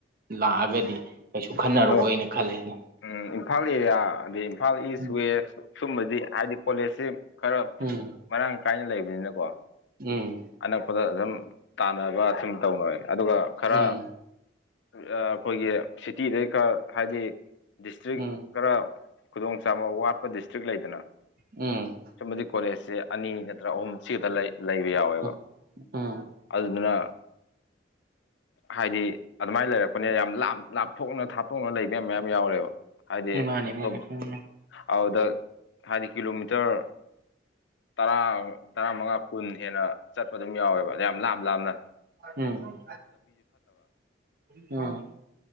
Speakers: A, on the right; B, on the left.
A: ꯂꯥꯛꯑꯒꯗꯤ ꯀꯩꯁꯨ ꯈꯟꯅꯔꯛꯑꯣꯏꯅ
B: ꯑꯗꯣ
A: ꯈꯜꯂꯦ ꯑꯗꯣ
B: ꯎꯝ ꯏꯝꯐꯥꯜ ꯑꯦꯔꯤꯌꯥ ꯑꯗꯩ ꯐꯥꯜ ꯏꯁ
A: ꯎꯝ
B: ꯋꯦꯁ ꯁꯨꯝꯕꯗꯤ ꯍꯥꯏꯗꯤ ꯀꯣꯂꯦꯖꯁꯦ ꯈꯔ
A: ꯎꯝ
B: ꯃꯔꯥꯡ ꯀꯥꯏꯅ ꯂꯩꯕꯅꯤꯅꯀꯣ꯫
A: ꯎꯝ
B: ꯑꯅꯛꯄꯗ ꯑꯗꯨꯝ ꯇꯥꯟꯅꯕ ꯁꯨꯝ ꯇꯧꯅꯔꯦ ꯑꯗꯨꯒ ꯈꯔ
A: ꯎꯝ
B: ꯋꯤ ꯑ ꯑꯈꯣꯏꯒꯤ ꯇꯤꯗꯩ ꯈ ꯍꯥꯏꯗꯤ ꯗꯤꯁꯇ꯭ꯔꯤꯛ
A: ꯎꯝ
B: ꯈꯔ ꯈꯨꯗꯣꯡ ꯆꯥꯕ ꯋꯥꯠꯄ ꯗꯤꯁꯇ꯭ꯔꯤꯛ ꯂꯩꯗꯅ
A: ꯎꯝ
B: ꯁꯨꯝꯕꯗꯤ ꯀꯣꯂꯦꯖꯁꯦ ꯑꯅꯤ ꯅꯠꯇ꯭ꯔꯒ ꯑꯍꯨꯝ ꯁꯤ ꯈꯠꯇ ꯂꯩ ꯂꯩꯕ ꯌꯥꯎꯋꯦꯕ
A: ꯎꯝ ꯎꯝ
B: ꯑꯗꯨꯗꯨꯅ ꯍꯥꯏꯗꯤ ꯑꯗꯨꯃꯥꯏꯅ ꯂꯩꯔꯛꯄꯅꯤꯅ ꯌꯥꯝ ꯂꯞꯂꯞ ꯊꯣꯛꯅ ꯊꯥꯞꯊꯣꯛꯅ ꯂꯩꯕ ꯌꯝ ꯃꯌꯥꯝ ꯌꯥꯎꯔꯦꯕ ꯍꯥꯏꯗꯤ
A: ꯎꯝ ꯃꯥꯅꯤ ꯃꯥꯅꯤ
B: ꯇꯧꯕ
A: ꯎꯝ
B: ꯑꯥꯎꯗ ꯍꯥꯏꯗꯤ ꯀꯤꯂꯣꯃꯤꯇꯔ
A: <inaudible>
B: ꯇꯥꯔꯥ ꯇꯥꯔꯥꯃꯉꯥ ꯀꯨꯟ ꯍꯦꯟꯅ ꯆꯠꯄ ꯑꯗꯨꯝ ꯌꯥꯎꯋꯦꯕ ꯌꯥꯝ ꯂꯥꯞ-ꯂꯥꯞꯅ
A: ꯎꯝ ꯎꯝ